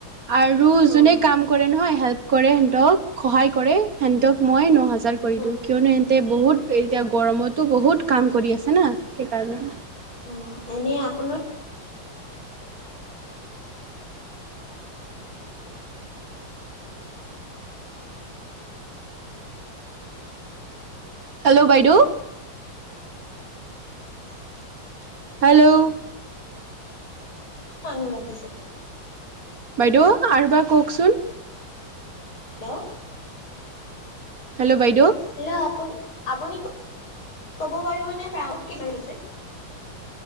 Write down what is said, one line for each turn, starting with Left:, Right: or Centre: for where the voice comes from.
Right: আৰু
Left: অ',
Right: যোনে কাম কৰে নহয় হেল্প কৰে সিহঁতক সহায় কৰে সিহতক মই নহ হা ব কৰি
Left: অ'।
Right: দিওঁ কিয়নো সিহতে বহুত এতিয়া গৰমতো বহুত কাম কৰি আছে না সেইকাৰণে
Left: অ এনে আপোনাৰ
Right: হেল্ল' বাইদেউ
Left: <unintelligible>
Right: হেল্ল'
Left: মানুহ ৰাখিছে
Right: বাইদেউ আৰু বা কওকচোন
Left: হেল্ল
Right: হেল্ল' বাই
Left: হেল্ল' আপুনি আপুনি কব পাৰিবনে ফ্ৰামত কি চলিছে